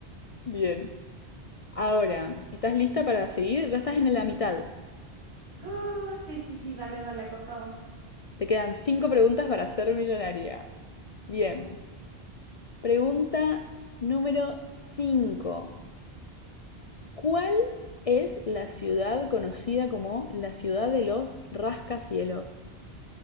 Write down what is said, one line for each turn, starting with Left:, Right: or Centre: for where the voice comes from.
Left: Bien. Ahora, ¿estás lista para seguir? Ya estás en la mitad.
Right: Uh, sí, sí, sí, dale, dale con todo.
Left: Te quedan cinco preguntas para ser millonaria. Bien.
Right: Mm.
Left: Pregunta número 5. ¿Cuál es la ciudad conocida como la ciudad de los rascacielos?